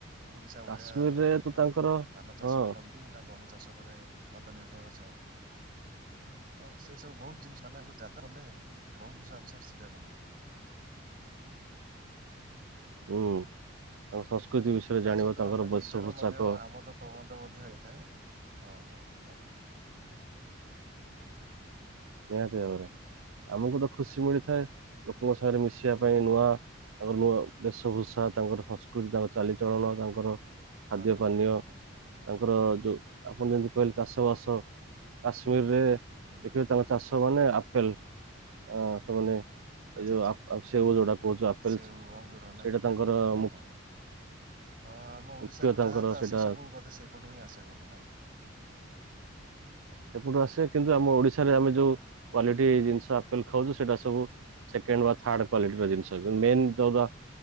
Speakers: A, on the right; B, on the right.
A: ଓଡିଶା
B: କାଶ୍ମୀରରେ
A: ଭଳିଆ ଅଧିକ
B: ତ ତାଙ୍କର
A: ଧାନ ଚାଷ
B: ହଁ
A: କରନ୍ତି ନା ଗହମ ଚାଷରେ ଅଧିକ୍ ନିର୍ଭରଶିଳ। ହଁ ସେ ସବୁ ବହୁତ ଜିନିଷ ମାନେ ଯା କଲେ ବହୁତ ଜିନିଷ ଆମକୁ ଶିଖିବାକୁ ମିଳେ।
B: ହୁଁ ତାଙ୍କ ସଂସ୍କୃତି ବିଷୟରେ
A: ତା
B: ଜାଣିବ
A: ସହିତ
B: ତାଙ୍କର
A: ଆମେ ନିଜର
B: ଭେଶ ପୋଷାକ।
A: ମଧ୍ୟ ଆମୋଦ ପ୍ରବନ୍ଧ ମଧ୍ୟ ହେଇଥାଏ ହଁ ହଁ ଆଜ୍ଞା।
B: ନିହାତି ଭାବରେ ଆମକୁ ତ ଖୁସି ମିଳିଥାଏ ଲୋକଙ୍କ ସାଙ୍ଗରେ ମିଶିବା ପାଇଁ ନୂଆ। ତାଙ୍କର ନୂଆ ବେଶଭୂଷା ତାଙ୍କର ସଂସ୍କୃତି ତାଙ୍କର ଚାଲିଚଳନ ତାଙ୍କର। ଖାଦ୍ୟ
A: ହଁ ହଁ
B: ପାନୀୟ
A: ହଁ ନିହାତି ଆଜ୍ଞା
B: ତାଙ୍କର ଯୋଉ ଆପଣ
A: ଆଜ୍ଞା
B: ଯେମିତି କହିଲେ? ଚାଷବାସ କାଶ୍ମୀରରେ
A: ହୁଁ
B: ଦେଖିବେ।
A: ହୁଁ
B: ତାଙ୍କ ଚାଷ ମାନେ ଆପେଲ୍ ହଁ ସେମାନେ। ଏଇ
A: ଆଚ୍ଛା
B: ଯୋଉ
A: ଆଚ୍ଛା
B: ଆ ସେଓ ଯୋଉଟା କହୁଚ ଆପେଲ୍
A: ସେଉ
B: ସେଇଟା
A: ଅଙ୍ଗୁର ନାଇଁ କି
B: ତାଙ୍କର
A: ଆଜ୍ଞା ହଁ
B: ମୁ
A: ହଁ ହଁ ହଁ ଆମ ଓଡିଶା
B: ମୁଖ୍ୟ
A: କୁ
B: ତାଙ୍କର
A: ଯାହା ତ ଆସେ
B: ସେଇଟା
A: ସବୁ ବୋଧେ ସେ। ପଟୁ ହିଁ ଆସେ ବୋଧେ ନାଇଁକି ଆଜ୍ଞା।
B: ସେପୁଟୁ ଆସେ କିନ୍ତୁ ଆମ ଓଡିଶାରେ ଆମେ ଯୋଉ କ୍ୱାଲିଟୀ ଜି ଆପେଲ୍ ଖାଉଛୁ ସେଟା ସବୁ ସେକେଣ୍ଡ ବା ଥାର୍ଡ କ୍ଵାଲିଟିର ଜିନିଷ କି ମେନ୍ ଯୋଉଟା